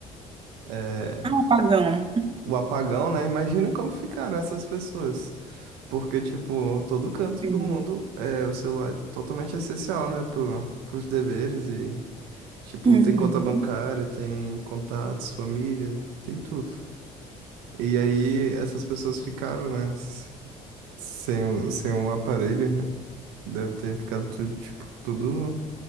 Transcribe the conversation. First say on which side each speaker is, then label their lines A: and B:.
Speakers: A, on the right; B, on the right.
A: É,
B: Ah, apagão pagão.
A: o apagão, né? Imagina como ficaram essas pessoas. Porque, tipo, todo canto
B: Uhum.
A: do mundo, é, o celular é totalmente essencial, né? Pro, pros deveres e, tipo,
B: Uhum.
A: tem conta bancária, tem contatos, família, tem tudo. E aí essas pessoas ficaram, né? s- Sem o, sem um aparelho. Deve ter ficado tudo, tipo, tudo